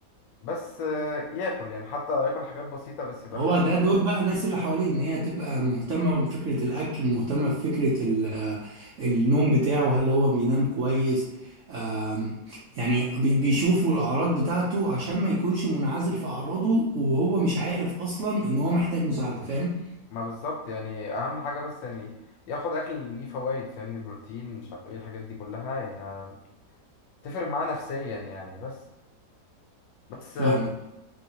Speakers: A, on the left; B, on the right.
A: بس آه، ياكل يعني حتى لو ياكل حاجات بسيطة بس يبقى
B: هو
A: فاهم
B: ده دور بقى الناس اللي حواليه ان هي تبقى مهتمة بفكرة الاكل مهتمة بفكرة ال- آه، النوم بتاعه هل هو بينام كويس آم، يعني بي- بيشوفوا الاعراض بتاعته عشان ما يكونش منعزل في اعراضه وهو مش عارف اصلا ان هو محتاج مساعدة فاهم
A: ما بالظبط يعني أهم حاجة بس يعني ياخد أكل ليه فوايد فاهمني بروتين مش عارف إيه الحاجات دي كلها يعني تفرق معاه نفسيا يعني بس بس
B: فاهمك